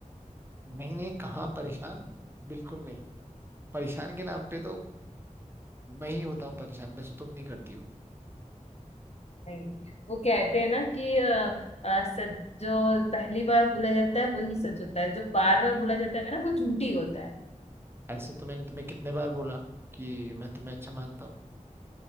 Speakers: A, on the right (about 15°); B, on the left (about 50°).
A: नहीं नहीं कहाँ परेशान बिल्कुल नहीं परेशान के नाम पे तो मैं ही होता हूँ परेशान बस तुम नहीं करती हो
B: नहीं वो कहते हैं ना कि अ, अ, सच जो पहली बार बोला जाता है वही सच होता है जो बार बार बोला जाता है ना वो झूठी होता है
A: ऐसे तो मैंने तुम्हें कितने बार बोला कि मैं तुम्हें अच्छा मानता हूँ